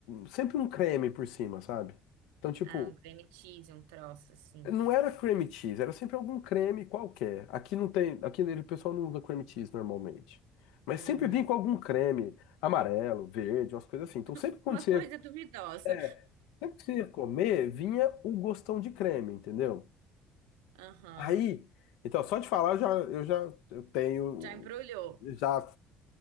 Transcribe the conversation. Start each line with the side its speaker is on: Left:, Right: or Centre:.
Left: sempre um creme por cima, sabe? Então, tipo,
Right: Ah, um cream cheese, um troço assim.
Left: não era cream cheese, era sempre algum creme qualquer. Aqui não tem, aqui o pessoal não usa cream cheese normalmente. Mas
Right: Hum,
Left: sempre
Right: é.
Left: vinha com algum creme amarelo, verde, umas coisas assim. Então, sempre
Right: <laughs>
Left: quando
Right: Uma
Left: você
Right: coisa
Left: ia,
Right: duvidosa.
Left: é, sempre que você ia comer, vinha o gostão de creme, entendeu?
Right: Aham.
Left: Aí, então, só de falar, eu já, eu já eu tenho
Right: Já embrulhou.
Left: já